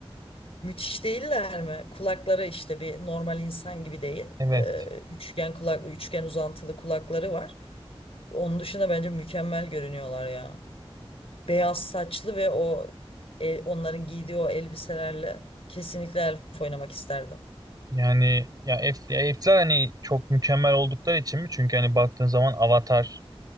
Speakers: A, on the left; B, on the right.
A: müthiş değiller mi kulakları işte bir normal insan gibi değil
B: Evet.
A: E, üçgen kulak üçgen uzantılı kulakları var onun dışında bence mükemmel görünüyorlar ya beyaz saçlı ve o e, onların giydiği o elbiselerle kesinlikle elf oynamak isterdim.
B: Yani ya, F, ya F'ler hani çok mükemmel oldukları için mi? Çünkü hani baktığın zaman Avatar